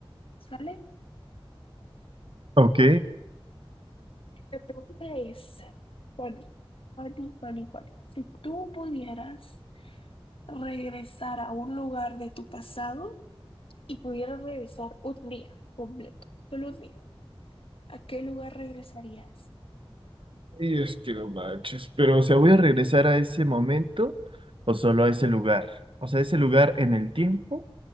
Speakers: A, on the left (about 70°); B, on the right (about 60°).
A: ¿sale?
B: Ok.
A: La pregunta es, Juani, Juani, Juani, Juani, si tú pudieras regresar a un lugar de tu pasado y pudieras regresar un día completo, solo un día, ¿a qué lugar regresarías?
B: Y es que no manches. Pero, o sea, ¿voy a regresar a ese momento o solo a ese lugar? O sea, ¿ese lugar en el tiempo?